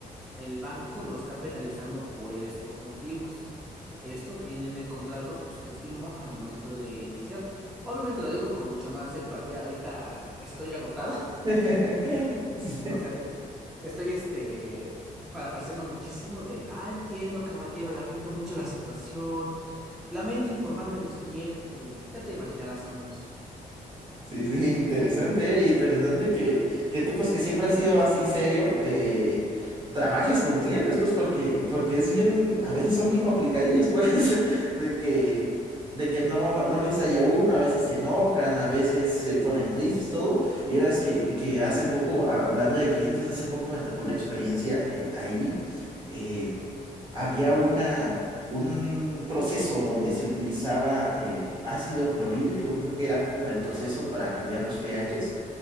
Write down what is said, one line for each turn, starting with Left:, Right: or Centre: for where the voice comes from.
Centre: El banco lo está penalizando por estos motivos. Esto viene en el contrato que usted firmó al momento de iniciar. Obviamente lo digo con mucha más empatía. Ahorita estoy agotado. <laughs>
Right: <laughs> Sí.
Centre: O sea, ahorita est- estoy este parafraseando muchísimo de, ah, entiendo, caballero, lamento mucho la situación. Lamento informarme lo siguiente. Y ya te imaginarás cómo es.
Right: Sí, sí, <laughs> interesante, ¿eh? Y interesante que, que tú, pues, que siempre has sido así serio, eh, trabajes con clientes, pues, porque, porque es bien, a veces son bien complicadillos, pues, <laughs> de que, de que no, no les haya uno, a veces se enojan, a veces se ponen tristes, todo. Vieras que, que hace poco, hablando de clientes, hace poco me tocó una experiencia eh, ahí. eh, había una, un proceso donde se utilizaba eh, ácido clorhídrico, creo que era, para el proceso, para cambiar los pHs.